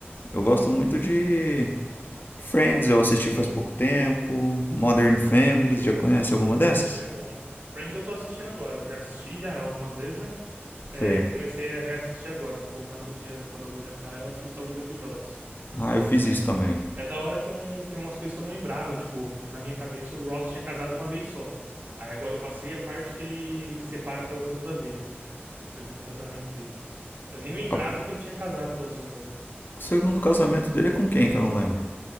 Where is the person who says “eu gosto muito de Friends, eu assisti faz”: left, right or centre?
Left